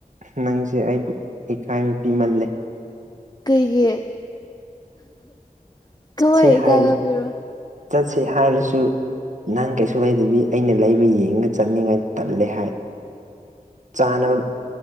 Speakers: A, on the right; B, on the left.
A: ꯅꯪꯁꯦ ꯑꯩꯕꯨ ꯏꯀꯥꯏꯕ ꯄꯤꯃꯜꯂꯦ
B: ꯀꯩꯒꯤ ꯀꯃꯥꯏ
A: ꯁꯦ
B: ꯏꯀꯥꯏꯕ
A: ꯍꯥꯏ
B: ꯄꯤꯔꯣ
A: ꯆꯠꯁꯦ ꯍꯥꯏꯔꯁꯨ ꯅꯪ ꯀꯩꯁꯨ ꯂꯩꯗꯕꯤ ꯑꯩꯅ ꯂꯩꯕ ꯌꯦꯡꯉꯒ ꯆꯠꯅꯤꯡꯉꯥꯏ ꯇꯜꯂꯦ ꯍꯥꯏ ꯆꯥꯅꯕ